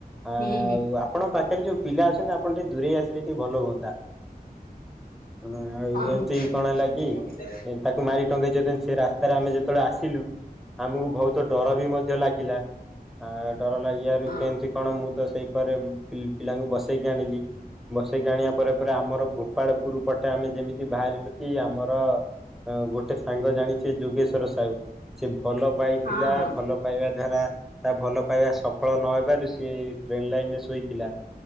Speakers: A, in the centre; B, on the left.
A: ଆଉ
B: ହୁଁ ହୁଁ
A: ଆପଣ ପାଖରେ ଯୋଉ ପିଲା ଅଛନ୍ତି ଆପଣ ଟିକେ ଦୂରେଇ ଆସିଲେ ଟିକେ ଭଲ ହୁଅନ୍ତା। ହଁ ଆଉ ଏମିତି
B: ଭିତରେ
A: କଣ ହେଲା କି ତାକୁ ମାରି ଟଙ୍କେଇଛନ୍ତି ସେ ରାସ୍ତାରେ ଆମେ ଯେତେବେଳେ ଆସିଲୁ ଆମକୁ ବହୁତ ଡର ବି ମଧ୍ୟ ଲାଗିଲା ଆଉ ଡର ଲାଗିବାରୁ
B: ହଁ
A: କେମିତି କଣ ମୁଁ ତ ସେଇ କରେ ପିଲାଙ୍କୁ ବସେଇକି ଆଣିଲି। ବସେଇକି ଆଣିବା ପରେ ପରେ ଆମର ଗୋପାଳପୁର ପଟେ ଆମେ ଯେମିତି ବାହାରିଲୁ କି ଆମର ଅ ଗୋଟେ ସାଙ୍ଗ ଜାଣିଛେ ଯୋଗେଶ୍ଵର ସାହୁ ସେ ଭଲ ପାଇଥିଲା
B: ହଁ ହଁ
A: ଭଲ ପାଇବା ଦ୍ଵାରା ତା ଭଲ ପାଇବା ସଫଳ ନହେବାରୁ ସିଏ ଟ୍ରେନ ଲାଇନରେ ଶୋଇଥିଲା